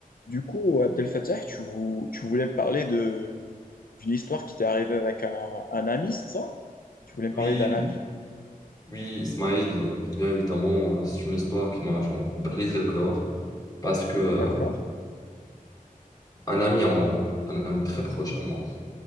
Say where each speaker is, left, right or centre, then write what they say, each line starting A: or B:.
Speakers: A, on the left; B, on the left.
A: Du coup, Abdel Fattah, tu, vou- tu voulais me parler de d'une histoire qui t'est arrivée avec un, un ami, c'est ça? Tu voulais me
B: Oui,
A: parler d'un ami?
B: oui, Ismail, euh, bien évidemment, euh, c'est une histoire qui m'a genre, brisé le corps parce que euh,
A: D'accord,
B: un ami à moi, un ami très proche à moi,